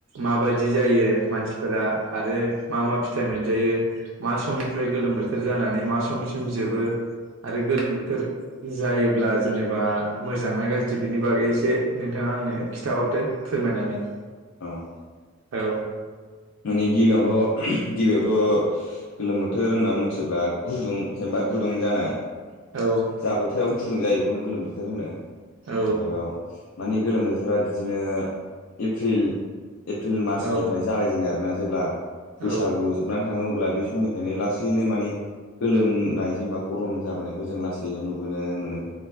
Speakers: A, on the right; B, on the left.
A: माबायदि जायो मानसिफोरा आरो मा मा फिथाइ मोनजायो। मा समनिफ्राय गोलोम बोथोर जानानै मा समसिम जोबो आरो गोलोम बोथोर जायोब्ला जेनेबा मोजांना गाज्रि बिनि बागै एसे नोंथाङा आंनो खिथा हरदो फोरमायनानै
B: औ।
A: औ।
B: माने गिबियावथ' गिबियावथ' गोलोम बोथोर होनना मिथियोब्ला गुदुं जेनेबा गुदुं जानाय
A: औ
B: जा बोथोराव गुदुं जायो बेखौनो गोलोम बोथोर होनो ओमफायबाव
A: औ
B: मानि गोलोम बोथोरा बिदिनो एप्रिल मासनिफ्राय
A: औ
B: जागायजेनाय आरोना जेब्ला
A: औ
B: बैसागु जोबनानै थाङो अ अब्ला बे समनिफ्रायनो लासैनो माने गोलोमना जेनबा गरम बोनायखौ जों लासैनो नुबोनो मोनो